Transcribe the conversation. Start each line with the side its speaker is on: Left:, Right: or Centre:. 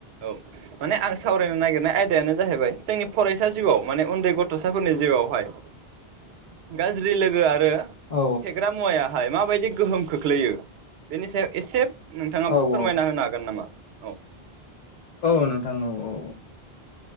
Right: औ माने आं सावरायनो नागिरनाय आयदायानो जाहैबाय जोंनि फरायसा जिउआव माने उन्दै गथसाफोरनि जिउआवहाय गाज्रि लोगोया आरो
Left: औ
Right: फेग्रा मुवाया नाथाय माबायदि गोहोम खोख्लैयो बेनि सायाव एसे नोंथाङा
Left: औ
Right: फोरमायना
Left: औ
Right: होनो हागोन नामा? औ
Left: औ नोंथां औ औ